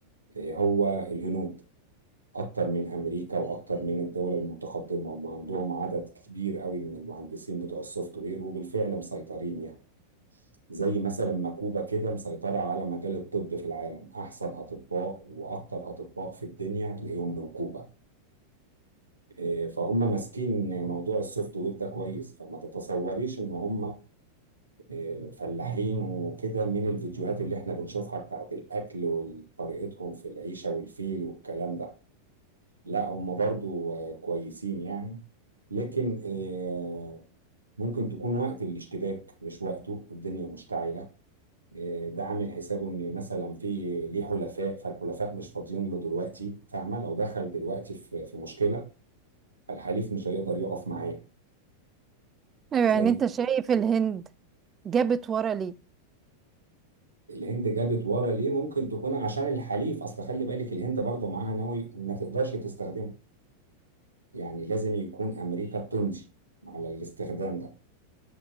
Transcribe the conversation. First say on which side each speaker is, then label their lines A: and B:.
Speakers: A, on the right; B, on the right.
A: آه، هو الهنود اكتر من امريكا واكتر من الدول المتقدمه هم عندهم عدد كبير قوي من المهندسين بتوع السوفت وير وبالفعل مسيطرين يعني زي مثلا ما كوبا كده مسيطره على مجال الطب في العالم احسن اطباء واكتر اطباء في الدنيا هتلاقيهم من كوبا إيه، فهم ماسكين موضوع السوفت وير ده كويس فما تتصوريش ان هم إيه، فلاحين وكده من الفيديوهات اللي احنا بنشوفها بتاعت الاكل وطريقتهم في العيشه والفيل والكلام ده لا هم برضو آه، كويسين يعني لكن آه، ممكن تكون وقت الاشتباك مش وقته الدنيا مشتعلة آه، ده عامل حسابه ان مثلا في ليه حلفاء فالحلفاء مش فاضيين له دلوقتي فاهمة لو دخل دلوقتي في في مشكلة فالحليف مش هيقدر يقف معاه
B: ايه يعني
A: زي
B: انت شايف الهند جابت ورا ليه
A: الهند جابت ورا ليه ممكن تكون عشان الحليف اصل خلي بالك الهند برضو معاها نووي ما تقدرش تستخدمه يعني لازم يكون امريكا بتمضي على الاستخدام ده